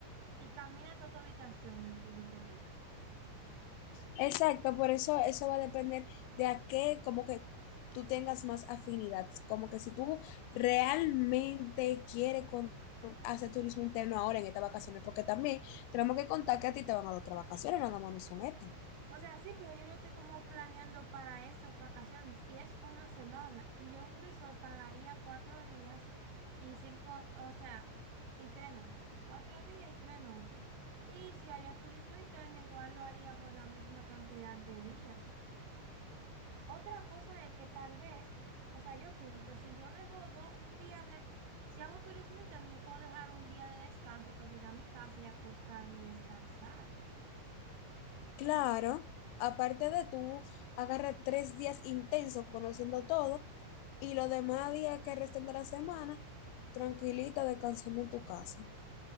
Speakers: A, on the right; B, on the left.
A: y camina hasta tu habitación de tu discoteca.
B: exacto, por eso eso va a depender de a qué, como que tú tengas más afinidad, como que si tú realmente quieres con- hacer turismo interno ahora en estas vacaciones, porque también tenemos que contar que a ti te van a dar otras vacaciones, nada más no son estas.
A: O sea, sí, pero yo lo estoy como planeando para estas vacaciones y es una semana. Y yo en un resort pagaría cuatro días y cinco, o sea, y tres noches. Y cuatro días y tres noches. Y si haría turismo interno, igual lo haría por la misma cantidad de días. Otra cosa es que tal vez, o sea, yo opino que si yo dejo do- un día de, si hago turismo interno, yo puedo dejar un día de descanso para llegar a mi casa y acostarme y descansar.
B: Claro, aparte de tú, agarra tres días intensos conociendo todo y los demás días que resten de la semana, tranquilita, descansando en tu casa.